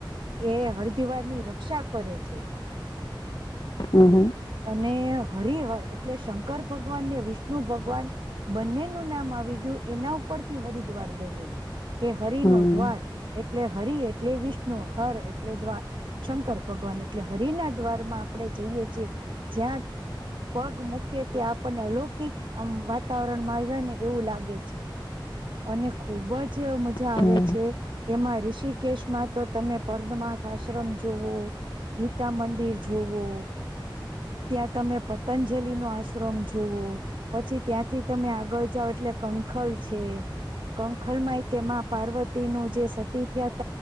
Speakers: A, on the right (about 70°); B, on the left (about 60°).
A: એ હરદવાર ની ર રક્ષા કરે છે
B: હ હ
A: અને હરિહર એટલે શંકર ભગવાન ને વિષ્ણુ ભગવાન બંનેનું નામ આવી ગયું એના ઉપરથી હરિદ્વાર બન્યું કે હરિ
B: કેમકે
A: નો દ્વાર એટલે હરિ એટલે વિષ્ણુ હર એટલે દ્વાર શંકર ભગવાન એટલે હરિ ના દ્વાર માં આપણે જઈએ છીએ જ્યાં પગ મૂકે ત્યાં આપણને અલૌકિક વાતાવરણમાં આવ ને એવું લાગે છે અને ખુબ જ મજા
B: ત્યાંનું
A: આવે છે એમાં રિષિક કેશ માં તો તમે પર્મમાથ આશ્રમ જવો ગીતા કમંદિર જવો ત્યાં તમે પતંજ. જલી નો આશ્રમ જોવો. પછી ત્યાંથી તમે આગળ જાઓ એટલે કંખલ છે કંખલ ય તેમાં પાર્વતી નું જે સતી થયા